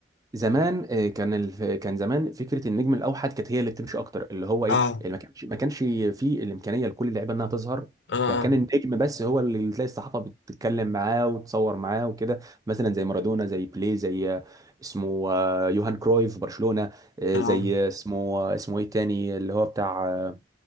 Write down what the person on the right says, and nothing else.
زمان آه، كان الف... كان زمان فكره النجم الاوحد كانت هي اللي بتمشي اكتر اللي هو ايه
اللي ما كانش ما كانش فيه الامكانيه لكل اللعيبه انها تظهر
فكان النجم بس هو اللي تلاقي الصحافه بتتكلم معاه وتصور معاه وكده مثلا زي مارادونا زي بيليه زي آه، اسمه آه، يوهان كرويف في برشلونه آه،
زي آه، اسمه آه، اسمه ايه التاني اللي هو بتاع آه،